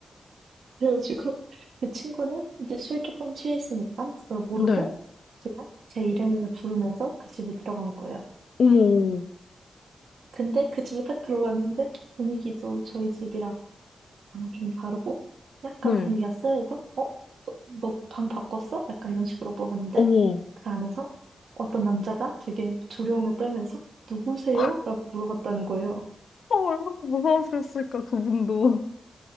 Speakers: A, on the right; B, on the left.
A: 그래가지고 <laughs> 그 친구는 이제 술 조금 취했으니까 그걸 모르고
B: 네,
A: 그냥 제 이름을 부르면서 그 집에 들어간 거예요.
B: 어머,
A: 근데 그 집에 딱 들어갔는데 분위기도 저희 집이랑 아, 좀 다르고 약간
B: 네,
A: 분위기가 쎄해서 어? 너 방 바꿨어? 약간 이런 식으로 물어봤는데
B: 어머.
A: 그 안에서 어떤 남자가 되게 두려움에 떨면서 누구세요?
B: <laughs>
A: 라고 물어봤다는 거예요.
B: 아, 얼마나 무서웠을까, 그분도.